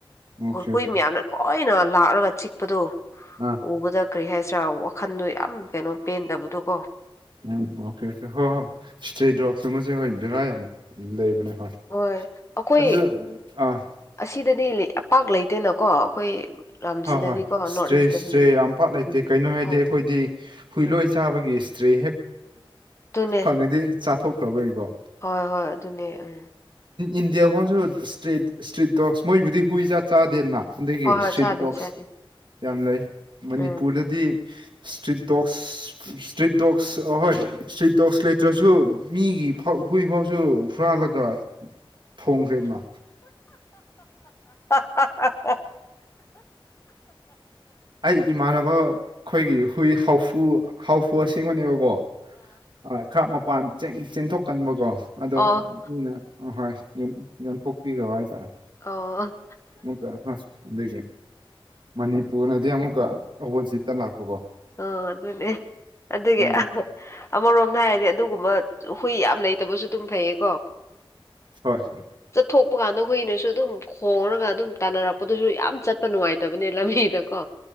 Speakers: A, on the right; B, on the left.
A: ꯑꯣꯀꯦ ꯑꯣꯀꯦ
B: ꯍꯨꯏ ꯃꯌꯥꯝꯅ ꯂꯣꯏꯅ ꯂꯥꯛꯑꯔꯒ ꯆꯤꯛꯄꯗꯣ
A: ꯑꯥ
B: ꯎꯕꯗ ꯀꯔꯤ ꯍꯥꯏꯁꯤꯔꯥ ꯋꯥꯈꯟꯗꯣ ꯌꯥꯝ ꯀꯩꯅꯣ ꯄꯦꯟꯗꯕꯗꯣ ꯀꯣ
A: ꯎꯝ ꯑꯣꯀꯦ ꯍꯣꯏ ꯍꯣꯏ ꯏꯁꯇ꯭ꯔꯦ ꯗꯣꯛ ꯁꯇꯨꯃꯁꯨ ꯍꯣꯏ ꯚꯦꯔꯥ ꯌꯥꯝ ꯂꯩꯕꯅꯦ ꯍꯣꯏ
B: ꯍꯣꯏ ꯑꯩꯈꯣꯏ
A: ꯑꯗꯨ ꯑꯥ
B: ꯑꯁꯤꯗꯗꯤꯄꯥꯛ ꯂꯩꯇꯦꯅꯀꯣ ꯑꯩꯈꯣꯏ ꯂꯝꯁꯤꯗꯗꯤꯀꯣ
A: ꯍꯣꯏ ꯍꯣꯏ ꯏꯁꯇ꯭ꯔꯦ
B: ꯅꯣꯔꯠ ꯏꯁꯇꯗꯤ
A: ꯏꯁꯇ꯭ꯔꯦ ꯌꯥꯝ ꯄꯥꯛ ꯂꯩꯇꯦ
B: ꯎꯝ
A: ꯀꯩꯅꯣ ꯍꯥꯏꯗꯤ
B: ꯍꯣꯏ
A: ꯑꯩꯈꯣꯏꯗꯤ ꯍꯨꯏ
B: ꯎꯝ
A: ꯂꯣꯏ ꯆꯥꯕꯒꯤ ꯇ꯭ꯔꯦ ꯍꯦꯛ
B: ꯑꯗꯨꯅꯦ
A: ꯐꯪꯉꯗꯤ ꯆꯥꯊꯣꯛꯈ꯭ꯔꯕꯅꯤꯀꯣ
B: ꯍꯣꯏ ꯍꯣꯏ ꯑꯗꯨꯅꯦ ꯎꯝ
A: ꯏꯟꯗꯤꯌꯥ ꯐꯥꯎꯁꯨ ꯏꯁꯇ꯭ꯔꯤꯠ ꯏꯁꯇ꯭ꯔꯤꯠ ꯗꯣꯛꯁ ꯃꯣꯏꯕꯨꯗꯤ ꯍꯨꯏꯖꯥ ꯆꯥꯗꯦꯅ ꯑꯗꯨꯒꯤ
B: ꯍꯣꯏ ꯍꯣꯏ
A: ꯏꯁꯇ꯭ꯔꯤꯠ
B: ꯆꯥꯗ꯭ꯔꯤ
A: ꯗꯣꯛꯁ
B: ꯆꯥꯗ꯭ꯔꯤ
A: ꯌꯥꯝ ꯂꯩ ꯃꯅꯤꯄꯨꯔꯗꯗꯤ
B: ꯎꯝ
A: ꯏꯁꯇ꯭ꯔꯤꯠ ꯗꯣꯛꯁ ꯁꯇ꯭ꯔꯤꯠ ꯗꯣꯛꯁ ꯑꯍꯣꯏ ꯏꯁꯇ꯭ꯔꯤꯇꯣꯛꯁ ꯂꯩꯇ꯭ꯔꯁꯨ ꯃꯤꯒꯤ ꯐꯥꯎ ꯍꯨꯏꯐꯥꯎꯁꯨ ꯍꯨꯔꯜꯂꯒ ꯊꯣꯡ ꯈ꯭ꯔꯦꯅ
B: <inaudible>
A: ꯑꯩ ꯏꯃꯥꯟꯅꯕ ꯑꯩꯈꯣꯏꯒꯤ ꯍꯨꯏ ꯍꯥꯎꯐꯨ -ꯍꯥꯎꯐꯨ ꯑꯁꯦꯡꯕꯅꯦꯕꯀꯣ ꯑꯥ ꯈꯔ ꯃꯄꯥꯟ ꯆꯦꯟ-ꯆꯦꯟꯊꯣꯛꯀꯟꯕꯀꯣ ꯑꯗꯣ
B: ꯑꯣ
A: ꯃꯤꯅ ꯑꯍꯣꯏ ꯌꯣꯟ-ꯌꯣꯟꯊꯣꯛꯄꯤꯈ꯭ꯔꯥꯕ ꯍꯥꯏꯇꯥ꯭ꯔꯦ
B: ꯑꯣ
A: ꯑꯃꯨꯛꯀ ꯑꯥ ꯑꯗꯥꯒꯤ ꯃꯅꯤꯄꯨꯔꯅꯗꯤ ꯑꯃꯨꯛꯀ ꯑꯕꯣꯆꯤꯠꯇ ꯂꯥꯛꯄꯀꯣ
B: ꯑꯣ ꯑꯗꯨꯅꯦ ꯑꯗꯨꯒꯤ
A: ꯑꯗꯒꯤ
B: ꯑꯃꯔꯣꯝꯗ ꯍꯥꯏꯔꯗꯤ ꯑꯗꯨꯒꯨꯝꯕ ꯍꯨꯏ ꯌꯥꯝ ꯂꯩꯇꯕꯁꯨ ꯑꯗꯨꯝ ꯐꯩꯌꯦꯀꯣ
A: ꯍꯣꯏ
B: ꯆꯠꯊꯣꯛꯄ ꯀꯥꯟꯗ ꯍꯨꯏꯅꯁꯨ ꯑꯗꯨꯝ ꯈꯣꯡꯔꯥꯒ ꯑꯗꯨꯝ ꯇꯥꯟꯅꯔꯛꯄꯗꯨꯁꯨ ꯌꯥꯝ ꯆꯠꯄ ꯅꯨꯡꯉꯥꯏꯇꯕꯅꯦ ꯂꯝꯕꯤꯗꯀꯣ꯫